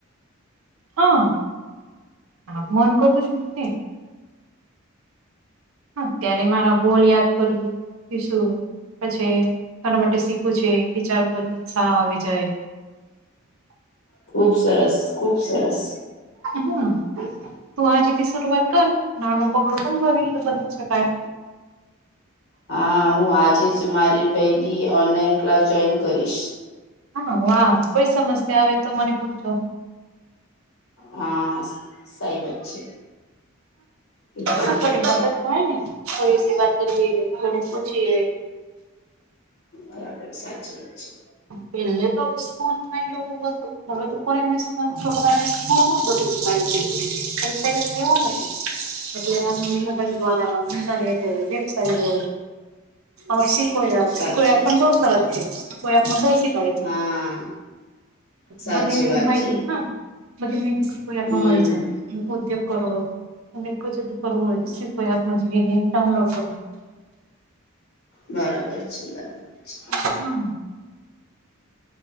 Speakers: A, on the right (about 80°); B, on the left (about 85°).
A: હા આમ મન કરું જોઈએ અત્યારે મારા ગોલ યાદ કરીશું પછી મારા માટે છે વિચાર પર ઉત્સાહ આવી જાય.
B: ખુબ સરસ, ખુબ સરસ.
A: હમ તું આજેથી સુરઆત કર નાનું પગડું પણ ભવિષ્ય બદલ શકાય.
B: હા હું આજે જ મારી પેલી ઓનલાઈન ક્લાસ જોઈન કરીશ.
A: હા વાહ કોઈ સમસ્યા આવે તો મને પૂછજો
B: હા સહી વાત છે. પૂછવાનું
A: હા. હોય
B: પડે છે
A: નહી થોડી સી વાત કરીએ કોને પૂછીએ.
B: બરાબર સાચી વાત છે.
A: પેલે તો મિશકોલ મારયો હતો હવે ઉપર આવેશ. હ છોકરાને સ્કૂલમાં <unintelligible> પણ તેને એવું નથી એટલે આપનીદલ દ્વારાંધા નહી થ પહેલે ઓશિકોયા
B: સાચી
A: શિકોયા પણ બહુ સર છે. કોઈ આપમાં બે શી કાડે
B: હા સાચી
A: બધી એ
B: વાત
A: એ માહિતી
B: છે
A: હા. મ માહીરકમાં
B: હમ
A: મળી જાય ઉદ્યોગ કરો અને કો જ કરો કોઈ આપ જે વિડી ડાઉનલોડ કરવો.
B: બરાબર છે બરાબર છે.
A: હા